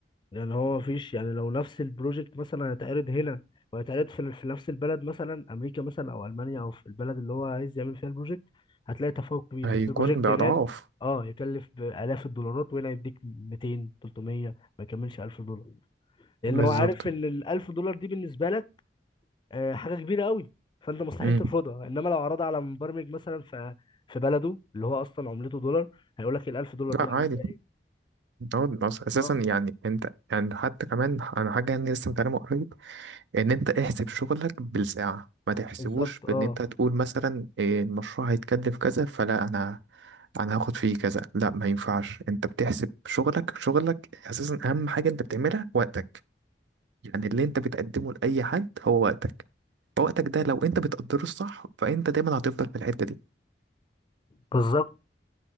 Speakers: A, on the left (about 25°); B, on the right (about 80°).
A: يعني هو مفيش يعني لو نفس البروجكت مثلا هيتعرض هنا وهيتعرض في, في نفس البلد مثلا امريكا مثلا او المانيا او في البلد اللي هو عايز يعمل فيها البروجكت هتلاقي تفاوت كبير
B: هيكون
A: ممكن البروجكت
B: بأضعاف
A: هناك اه يكلف بالاف الدولارات وهنا يديك 200 300 ما يكملش 1000 دولار لان
B: بالظبط
A: هو عارف ان ال 1000 دولار دي بالنسبه لك آه، حاجه كبيره قوي فانت مستحيل
B: امم
A: ترفضها انما لو عرضها على مبرمج مثلا في في بلده اللي هو اصلا عملته دولار هيقول لك ال 1000 دولار
B: لا
A: دي عامل
B: عادي
A: ايه
B: هو أص- اساسا
A: اه
B: يعني انت يعني حتى كمان انا حاجه يعني لسه متعلمه قريب ان انت احسب شغلك بالساعه ما تحسبوش
A: بالظبط اه
B: بان انت تقول مثلا إيه المشروع هيتكلف كذا فلا انا انا هاخد فيه كذا لا ما ينفعش انت بتحسب شغلك شغلك اساسا اهم حاجه انت بتعملها وقتك يعني اللي انت بتقدمه لاي حد هو وقتك فوقتك ده لو انت بتقدره الصح فانت دايما هتفضل في الحته دي
A: بالظبط